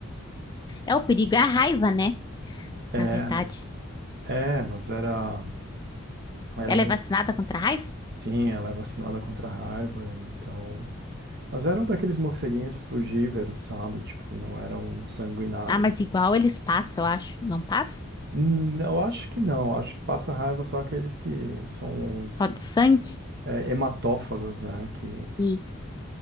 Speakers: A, on the left; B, on the right.
A: É o perigo, é a raiva, né?
B: É,
A: Na verdade.
B: né? é, mas era, era
A: Ela
B: um morcego.
A: é vacinada contra a raiva?
B: Sim, ela é vacinada contra a raiva, então. Mas eram daqueles morceguinhos frugívoros, sabe? Tipo, não era um sanguinário.
A: Ah, mas igual eles passam, eu acho. Não passam?
B: Hum, Eu acho que não. Acho que passa raiva só aqueles que são os
A: Só de sangue?
B: é, hematófagos, né? Que,
A: Isso.